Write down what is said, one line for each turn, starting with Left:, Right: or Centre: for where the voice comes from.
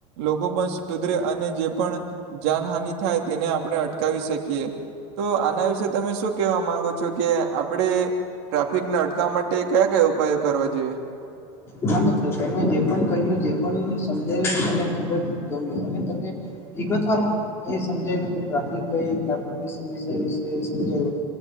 Right: લોકો પણ સુધરે અને જે પણ જાનહાની થાય તેને આપણે અટકાવી શકીએ. તો આના વિશેે તમે શું કેવા માંગો છો? જો કે આપડે ટ્રાફિકને અટકવા માટે કયા કયા ઉપાયો કરવા જોઈએ?
Left: હા મિત્રો તમે જે પણ કહ્યું જે પણ સમજાયું મને ખુબ જ ગમ્યું અને તમે વિગત વાર એ સમજાય્યું કે ટ્રાફિક કઈ ટ્રાફિકની સમસ્યા એ વિશે સમજાયું